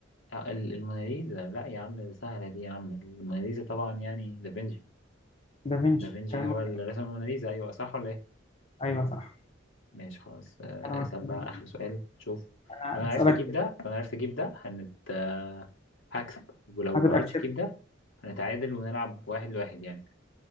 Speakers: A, on the left (about 75°); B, on the left (about 30°).
A: آه، ال- الموناليزا لا يا عم سهلة دي يا عم الموناليزا طبعا يعني دافنشي
B: دافنشي
A: دافنشي
B: كلامك
A: هو اللي رسم الموناليزا ايوه صح ولا ايه
B: ايوه صح
A: ماشي خلاص آه،
B: كلامك
A: اسأل
B: مظبوط.
A: بقى اخر سؤال شوف
B: انا
A: لو انا
B: هسألك
A: عرفت اجيب ده لو انا عرفت اجيب ده هنت آه، هكسب ولو
B: هتبقى
A: ما عرفتش
B: كسبت
A: اجيب ده هنتعادل ونلعب واحد لواحد يعني